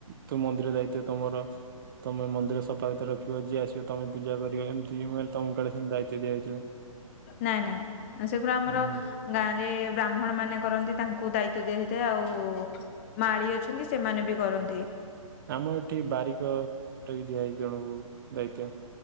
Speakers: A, on the right; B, on the left.
A: ତୁ ମନ୍ଦିର ଦାୟିତ୍ଵ ତମର ତମେ ମନ୍ଦିର ସଫା ସୁତର ରଖିବ। ଯିଏ ଆସିବ ତମେ ପୂଜା କରିବ। ଏମିତି ମୁଁ ଭାବିଲି ତମକୁ କାଳେ ଏମିତି ଦାୟିତ୍ୱ ଦିଆହେଇଥିବ।
B: ନାଇଁ ନାଇଁ ସେଗୁରା ଆମର
A: ହୁଁ ହୁଁ
B: ଗାଁ ରେ ବ୍ରାହ୍ମଣ ମାନେ କରନ୍ତି ତାଙ୍କୁ ଦାୟିତ୍ୱ ଦିଆ ହେଇଥାଏ ଆଉ। ହୁଂ ମାଳି ଅଛନ୍ତି ସେମାନେ ବି କରନ୍ତି।
A: ଆମ ଏଠି ବାରିକ ଦିଆହେଇଛି ଜଣଙ୍କୁ ଦାୟିତ୍ୱ।